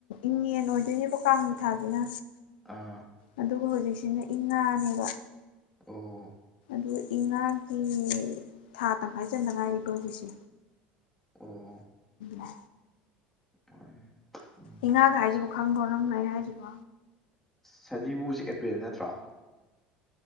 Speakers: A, on the left (about 80°); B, in the centre.
A: ꯏꯉꯦꯟ ꯑꯣꯏꯗꯣꯏꯅꯦꯕ ꯀꯥꯡꯒꯤ ꯊꯥꯖꯤꯅ
B: ꯑꯥ
A: ꯑꯗꯨꯒ ꯍꯧꯖꯤꯛꯁꯤꯅ ꯏꯉꯥꯅꯦꯕ
B: ꯑꯣ
A: ꯑꯗꯨ ꯏꯉꯥꯒꯤ ꯊꯥ ꯇꯪꯈꯥꯏ ꯆꯟꯇ ꯉꯥꯏꯔꯤꯀꯣ ꯍꯧꯖꯤꯛꯁꯦ
B: ꯑꯣ
A: ꯎꯝ
B: <unintelligible> ꯃꯥꯅꯦ
A: ꯏꯉꯥꯒ ꯍꯥꯏꯖꯤꯕꯨ ꯈꯪꯕ꯭ꯔꯣ ꯅꯪ ꯂꯩ ꯍꯥꯏꯖꯤꯕꯣ
B: ꯁꯖꯤꯕꯨꯁꯤ ꯑꯦꯄ꯭ꯔꯤꯜ ꯅꯠꯇ꯭ꯔꯣ